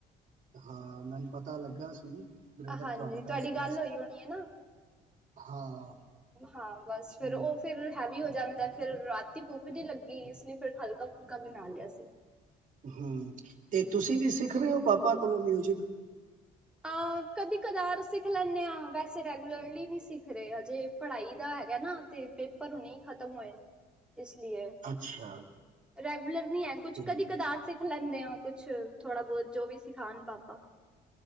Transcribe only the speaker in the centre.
ਹਾਂਜੀ
ਤੁਹਾਡੀ
ਗੱਲ
ਹੋਈ ਹੋਣੀ ਹੈ ਨਾ।
ਹਾਂ ਬਸ
ਫੇਰ ਉਹ
ਫਿਰ ਹੈਵੀ ਹੋ ਜਾਂਦਾ ਫਿਰ ਰਾਤੀ ਭੁੱਖ ਦੀ ਲੱਗੀ ਇਸ ਲਈ ਫਿਰ ਹਲਕਾ-ਫੁਲਕਾ ਬਣਾ ਲਿਆ ਸੀ।
ਅ ਕਦੀ ਕਦਾਰ, ਸਿੱਖ ਲੈਂਦੇ ਹਾਂ। ਵੈਸੇ ਰੈਗੂਲਰਲੀ ਨੀ, ਸਿੱਖ ਰਹੇ ਹਜੇ। ਪੜਾਈ ਦਾ ਹੈਗਾ ਨਾ। ਤੇ ਪੇਪਰ ਹੁਣੇ ਖਤਮ ਹੋਏ ਨੇ। ਇਸ ਲਈ।
ਰੈਗੂਲਰ ਨਹੀਂ ਹੈ, ਕੁਛ।
ਕਦੀ
ਕਦਾਰ, ਸ- ਲੈਂਦੇ ਆ। ਕੁਛ ਥੋੜਾ ਬਹੁਤ, ਜੋ ਵੀ ਸਿਖਾਉਣ ਪਾਪਾ।